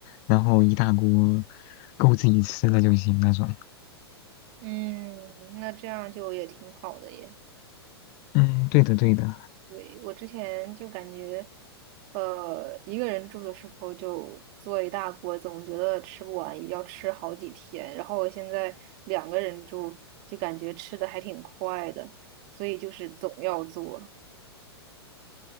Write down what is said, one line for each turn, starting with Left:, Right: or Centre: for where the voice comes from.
Left: 然后一大锅够自己吃的就行那种。
Right: 嗯，那这样就也挺好的耶。
Left: 嗯，对的对的。
Right: 对，我之前就感觉，呃，一个人住的时候就做一大锅，总觉得吃不完，也要吃好几天。然后我现在两个人住，就感觉吃的还挺快的，所以就是总要做。